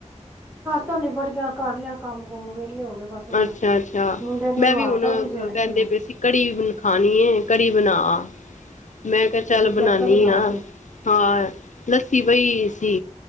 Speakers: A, on the right (about 15°); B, on the left (about 80°).
A: ਤਾ ਨੀਬੜ ਗਿਆ ਕਰ ਲਿਆ ਕੰਮ-ਕੁਮ ਵਿਹਲੇ ਹੋ ਗਏ ਬਸ ਹੁਣ
B: ਅੱਛਾ-ਅੱਛਾ
A: ਮੁੰਡੇ ਨੂੰ
B: ਮੈਂ
A: ਨਵਾਤਾ
B: ਵੀ ਹੁਣ
A: ਸੀ ਸਵੇਰੇ ਸਵੇਰੇ
B: ਕਹਿੰਦੇ ਪਏ ਸੀ ਕੜੀ ਖਾਣੀ ਏ ਕੜੀ ਬਣਾ। ਹ ਮੈਂ ਕਿਹਾ ਚੱਲ
A: ਤੇ ਤੁਸੀਂ
B: ਬਣਾਣੀ
A: ਅੱਜ ਕੜੀ ਬਣਾਓਗੇ
B: ਆਂ- ਆਂ ਲੱਸੀ ਪਈ ਸੀ